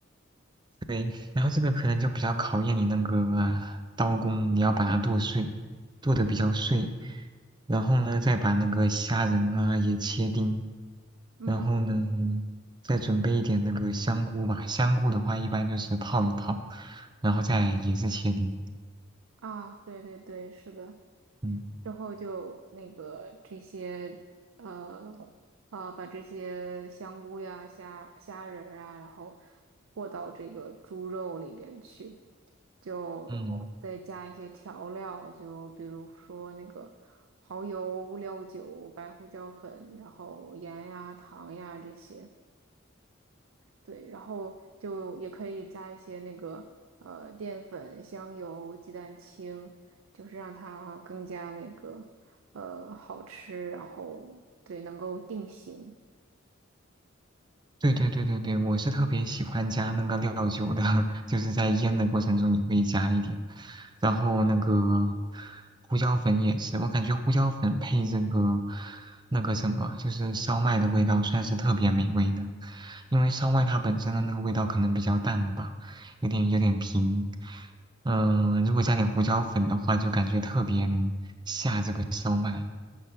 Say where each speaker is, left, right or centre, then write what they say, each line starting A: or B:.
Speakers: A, on the right; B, on the right.
A: 对，然后这个可能就比较考验你那个刀工，你要把它剁碎，剁得比较碎，然后呢再把那个虾仁啊也切丁。
B: 嗯，
A: 然后呢，再准备一点那个香菇吧。香菇的话，一般就是泡一泡，然后再也是切丁。
B: 啊，对对对，是的。
A: 嗯
B: 之后就那个这些呃呃，把这些香菇呀、虾虾仁儿啊，然后和到这个猪肉里边去，就再加一些调料，
A: 嗯，
B: 就比如说那个蚝油、料酒、白胡椒粉，然后盐呀、糖呀这些。对，然后就也可以加一些那个呃淀粉、香油、鸡蛋清，就是让它更加那个呃好吃，然后对能够定型。
A: 对对对对对，我是特别喜欢加那个料酒的，<laughs> 就是在腌的过程中也会加一点，然后那个胡椒粉也是，我感觉胡椒粉配这个那个什么，就是烧麦的味道算是特别美味的，因为烧麦它本身的那个味道可能比较淡吧，有点有点平，嗯、如果加点胡椒粉的话，就感觉特别能下这个烧麦，